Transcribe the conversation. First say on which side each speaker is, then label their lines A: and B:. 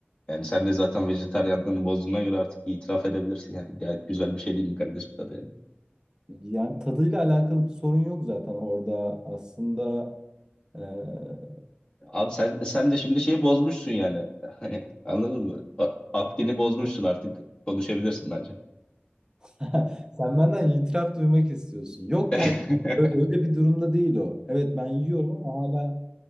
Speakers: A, on the left (about 25°); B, on the right (about 20°).
A: Yani sen de zaten vejetaryenliğini bozduğuna göre artık bir itiraf edebilirsin. Yani gayet güzel bir şey değil mi kardeşim tadı yani?
B: Yani tadıyla alakalı bir sorun yok zaten orada. Aslında eee,
A: Abi sen sen de şimdi şeyi bozmuşsun yani. Hani anladın mı? A- Akdini bozmuşsun artık. Konuşabilirsin bence.
B: <laughs> sen benden itiraf duymak istiyorsun. Yok
A: <laughs>
B: ya ö- öyle bir durumda değil o. Evet ben yiyorum ama hala